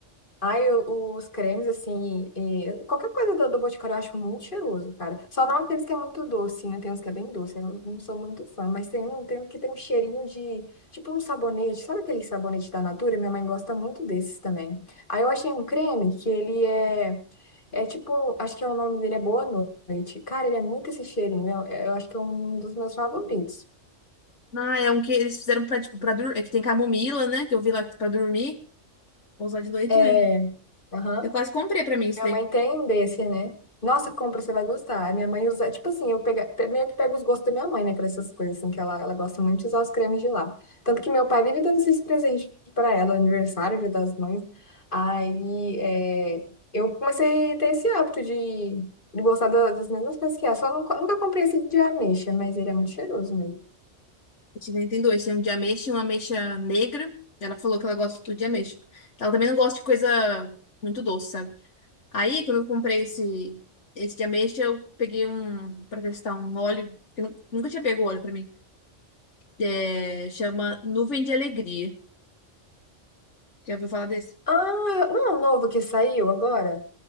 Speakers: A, on the left; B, on the left.
A: Ai, o- os cremes, assim, e- qualquer coisa do, do Boticário eu acho muito cheiroso, cara. Só não aqueles que é muito doce, né? Tem uns que é bem doce, eu não sou muito fã, mas tem um, tem um que tem um cheirinho de, tipo um sabonete, sabe aquele sabonete da Natura? Minha mãe gosta muito desses também. Aí eu achei um creme que ele é, é tipo, acho que é o nome dele é Boa Noite. Cara, ele é muito esse cheirinho, eu, eu acho que é um dos meus favoritos.
B: Ah, é um que eles fizeram pra, tipo, pra dormir. É que tem camomila, né? Que eu vi lá pra dormir. Vou usar de noite
A: É,
B: mesmo.
A: aham.
B: Eu quase comprei pra mim isso
A: Minha
B: daí.
A: mãe tem um desse, né? Nossa, compra, você vai gostar. Minha mãe usa, tipo assim, eu pega, pe- meio que pego os gostos da minha mãe, né, para essas coisas, assim, que ela, ela gosta muito de usar os cremes de lá. Tanto que meu pai vive dando esses presentes para ela, aniversário, Dia das Mães. Aí, é, eu comecei a ter esse hábito de, de gostar da- das mesmas coisas que ela. Só nunca, nunca comprei esse de ameixa, mas ele é muito cheiroso mesmo.
B: Esse daí Tem dois. Tem um de ameixa e uma ameixa negra. Ela falou que ela gosta de tudo de ameixa. Ela também não gosta de coisa muito doce, sabe? Aí, quando eu comprei esse, esse de ameixa, eu peguei um para testar um óleo, que eu nu- nunca tinha pego óleo para mim. É, chama Nuvem de Alegria. Já ouviu falar desse?
A: Ah, eu- não é o novo que saiu agora?